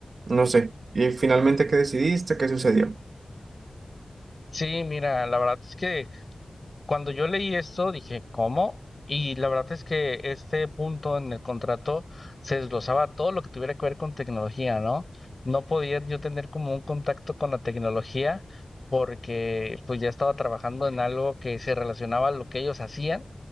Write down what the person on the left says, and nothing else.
Sí, mira, la verdad es que Cuando yo leí esto, dije, ¿cómo? Y la verdad es que este punto en el contrato se desglosaba todo lo que tuviera que ver con tecnología, ¿no? No podía yo tener como un contacto con la tecnología porque pues ya estaba trabajando en algo que se relacionaba a lo que ellos hacían.